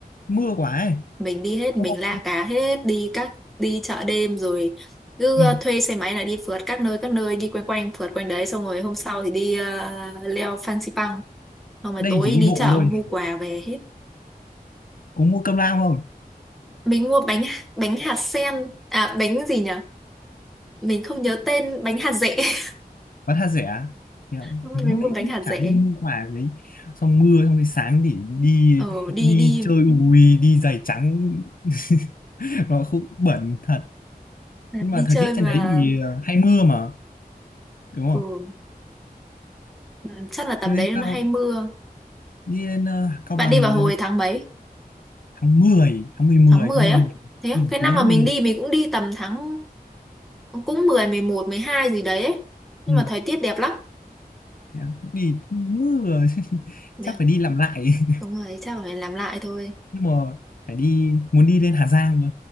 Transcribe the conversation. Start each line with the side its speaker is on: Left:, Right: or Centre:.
Left: mưa quá ấy.
Centre: mình đi hết
Left: Xong
Centre: mình
Left: rồi,
Centre: la cá hết đi các đi chợ đêm rồi cứ
Left: ừ,
Centre: ờ, thuê xe máy là đi phượt các nơi các nơi đi quanh quanh phượt quanh đấy xong rồi hôm sau thì đi ờ, leo Fansipan Pang xong rồi
Left: đây
Centre: tối
Left: chỉ đi
Centre: đi
Left: bộ
Centre: chợ
Left: thôi
Centre: mua quà về hết
Left: có mua cơm lao không
Centre: mình mua bánh bánh hạt sen à bánh gì nhỉ mình không nhớ tên bánh hạt dẻ <laughs>
Left: bán tha rẻ Hiểu không?
Centre: Đúng
Left: lúc
Centre: rồi, mình
Left: nãy
Centre: mua bánh
Left: cũng
Centre: hạt
Left: chả
Centre: dẻ
Left: đi mua quà gì đấy xong mưa xong rồi sáng thì đi
Centre: ờ đi
Left: đi
Centre: đi
Left: chơi ui đi giày trắng <laughs> nó cũng bẩn thật nhưng
Centre: đi
Left: mà thời
Centre: chơi
Left: tiết trên
Centre: mà
Left: đấy thì ờ, hay mưa mà đúng không
Centre: ừ, ừ, chắc là tầm
Left: Cho nên
Centre: đấy
Left: tao
Centre: nó hay mưa
Left: đi lên ờ, Cao
Centre: bạn
Left: Bằng
Centre: đi vào hồi
Left: từ
Centre: tháng mấy
Left: tháng mười tháng mười mười
Centre: tháng 10
Left: tháng 11
Centre: á thế á?
Left: ừ,
Centre: cái
Left: cuối
Centre: năm
Left: tháng
Centre: mà mình
Left: 11
Centre: đi mình cũng đi tầm tháng cũng mười mười một mười hai gì đấy ấy. Nhưng
Left: ừ.
Centre: mà thời tiết đẹp lắm.
Left: Thế à? đi mưa <laughs>
Centre: Đẹp.
Left: chắc phải đi làm lại <laughs>
Centre: Đúng rồi, chắc là phải làm lại thôi.
Left: nhưng mà phải đi muốn đi lên Hà Giang cơ